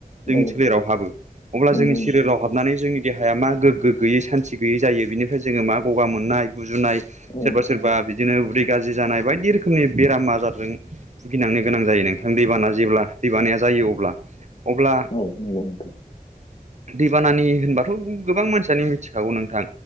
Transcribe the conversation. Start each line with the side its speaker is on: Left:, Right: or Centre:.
Right: जोंनि
Left: औ
Right: सोलेराव हाबो। अब्ला
Left: नंगौ
Right: जोंनि सोरियोलाव
Left: नोंथां
Right: हाबनानै जोंनि देहाया मा गोग्गो गैयै सान्थि गैयै जायो। बेनिफ्राय जोङो मा गगा मोनना नाय गुजुनाय
Left: औ
Right: सोरबा सोरबा बिदिनो उदै गाज्रि जानाय बायदि रोखोमनि बेराम आजारजों भुगिनांनो गोनां जायो नोंथां दैबाना जेब्ला दैबानाया जायो अब्ला अब्ला
Left: औ नंगौ नोंथां <inaudible>
Right: दैबानानि होनबाथ' गोबां मानसियानो मिथिखागौ नोंथां।